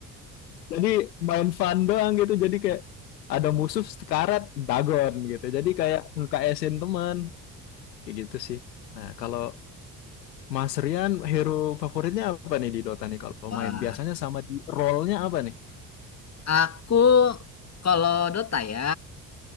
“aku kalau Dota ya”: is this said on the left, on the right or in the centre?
Left